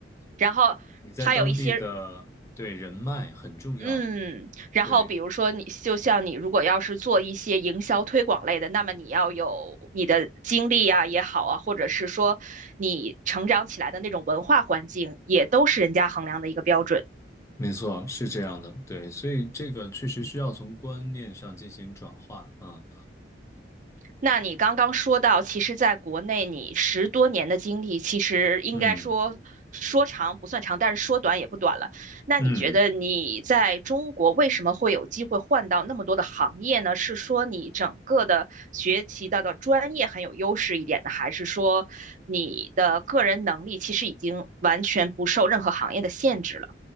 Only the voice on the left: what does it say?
你在当地的，对，人脉很重要，
对，
没错，是这样的，对，所以这个确实需要从观念上进行转化啊，
嗯
嗯，